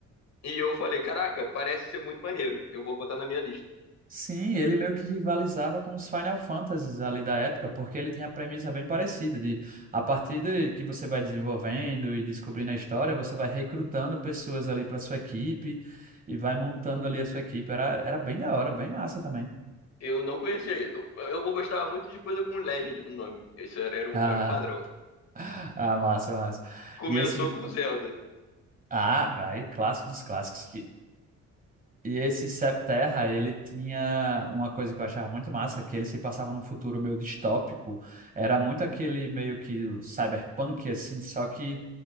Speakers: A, on the left; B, on the right.
A: e eu falei, caraca, parece ser muito maneiro. Eu vou botar na minha lista.
B: Sim, ele meio que rivalizava com os Final Fantasies ali da época, porque ele tinha a premissa bem parecida de a partir de que você vai desenvolvendo e descobrindo a história, você vai recrutando pessoas ali para sua equipe e vai montando ali a sua equipe. Era, era bem da hora, bem massa também.
A: Eu não conhecia. Eu, eu gostava muito de coisa com Legend no nome. Isso era, era um,
B: Ah,
A: era um padrão.
B: <laughs> ah, massa, massa.
A: Começou
B: E esse jo-
A: com Zelda.
B: Ah, aí clássico dos clássicos. E esse Septerra, ele tinha uma coisa que eu achava muito massa, que ele se passava num futuro meio distópico. Era muito aquele meio que cyberpunk, assim, só que